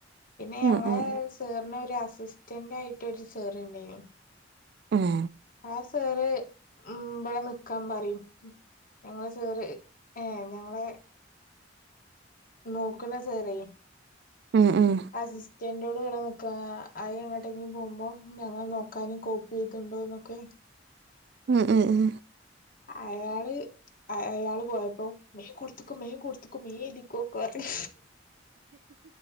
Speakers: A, on the left; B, on the right.
A: പിന്നെ
B: ഉം
A: ഞങ്ങള്
B: ഉം
A: സാറിന് ഒരു അസിസ്റ്റന്റ് ആയിട്ടൊരു സാറുണ്ടേന്
B: ഉം
A: ആഹ് സേറ് ഉം ഇബടെ നിക്കാൻ പറയും ഞങ്ങള് സേറ് ഏഹ് ഞങ്ങളെ നോക്കുന്ന സാറേ
B: ഉം ഉം
A: അസിസ്റ്റൻറ്റോട് ഇവടെ നിൽക്കാന അയ് എങ്ങോട്ടെങ്കിലും പോവുമ്പോം ഞങ്ങൾ നോക്കാനും കോപ്പീത്ണ്ടോ എന്നൊക്കെ
B: ഉം ഉം ഉം
A: അയാള് അയാള് പോയപ്പോ വേം കൊടുത്തുക്കോ മേം കൊടുത്തുക്കോ മേം എഴുതിക്കോ ക്കെ പറഞ്ഞ്